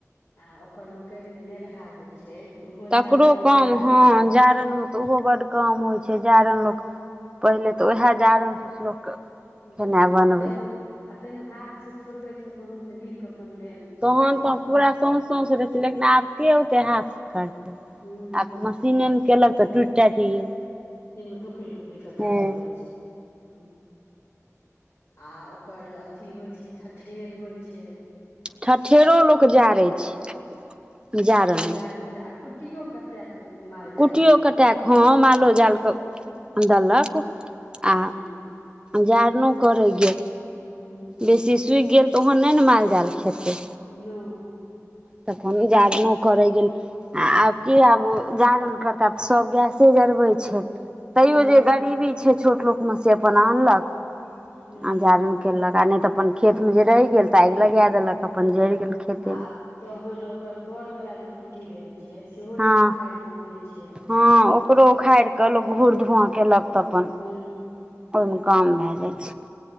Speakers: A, on the left (about 40°); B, on the right (about 15°).
A: आ ओकर मकइके जे नेरहा होइ छै। तऽ ओहो
B: तकरो
A: जारनमे
B: काम
A: काज
B: हँ
A: होइ छै
B: जारनिमे तऽ ओहो बड्ड काम होइ छै जारनि लोक। पहिले तऽ उएह जारनसँ लोक। खेनाइ
A: ह
B: बनबै
A: आ ताहिमे आ ताहिमे हाथ से छोड़बै छै तहन तऽ नीक अपन लेब।
B: तहन तऽ पूरा सौसौस रहै छै लेकिन आब के ओते हाथ से काज करतै
A: हूँ
B: आब मशीनें में केलक तऽ टुटि टाइट गेल।
A: मशीनमे टुकड़ी टुकड़ी सबटा
B: हूँ
A: भऽ जाइ छै ह्म। आ ओकर अथी होइ छै ठठेर होइ छै।
B: ठठेरो लोक जारै छै।
A: ठठेरो
B: जारनि
A: के जाल <unintelligible> आ कुट्टियो कटे के माल जाल
B: कुट्टिओ
A: के दै
B: कटाए
A: छै।
B: कऽ हँ मालो जालकेँ देलक
A: हूँ
B: आ। जारनो करै गेल
A: हूँ
B: बेसी सुखि गेल तऽ ओहो नहि ने माल जाल खेतै।
A: नहि। <unintelligible>
B: तऽ अपन जारनो करय गेल। आ आब की आब जारनि करतैथ आब तऽ सब गैसे जरबैत छै। तैयो
A: हँ
B: जे गरीबी छै छोट लोक में से अपन आनलक
A: हूँ
B: आ जारन केलक। आ नहि तऽ अपन खेतमे जे रहि गेल तऽ आगि लगा देलक। अपन
A: ह
B: जरि गेल खेतेमे
A: आ तहन ओकर तर वाल जे खुट्टी रहे छै सेहो
B: हँ
A: लोक उखाड़ि कऽ आनै छै।
B: हँ ओकरो उखाड़ि कऽ लोक घूर धुआँ केलक। तऽ अपन
A: हूँ
B: ओहिमे काम भए जाइ छै।